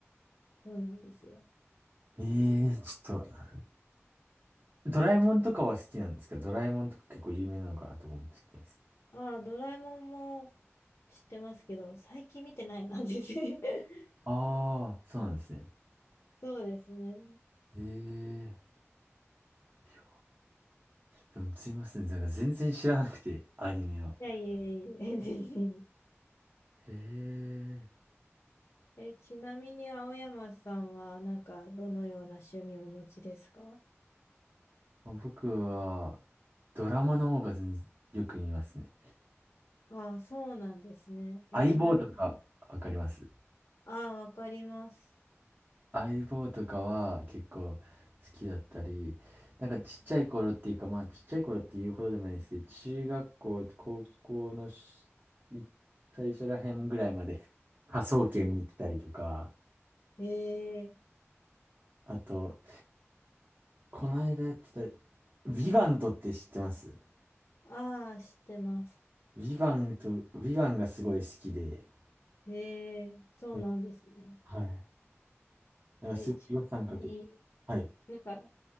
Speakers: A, on the left; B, on the right.
A: そうなんですよ。
B: ええーちょっと、ドラえもんとかは好きなんですかドラえもんとか結構有名なのかなとか思っちゃったんです。
A: ああ、ドラえもんも知ってますけど、最近見てないな、全然。<laughs>
B: ああ、そうなんですね。
A: そうですね。
B: ええーいやーでもすいません、なんか全然知らなくて、アニメは。
A: いやいやいや全然。
B: ええー
A: え、ちなみに青山さんはなんかどのような趣味をお持ちですか
B: まあ僕は、ドラマの方が全然よく見ますね。
A: ああ、そうなんですね。え、
B: 相棒とか、
A: ちなみに、
B: わかります
A: ああ、わかります。
B: 相棒とかは結構好きだったり、なんかちっちゃい頃っていうか、まあちっちゃい頃って言うほどでもないですけど、中学校、高校のしい最初ら辺ぐらいまで科捜研見てたりとか、
A: ええ
B: あと、この間やってた、ヴィヴァントって知ってます
A: ああ、知ってます。
B: ヴィヴァンと、ヴィヴァンがすごい好きで、
A: ええそうなんですね。
B: えはい。なんかすごい予算かけて、
A: え、ちなみに、
B: はい。
A: なんか、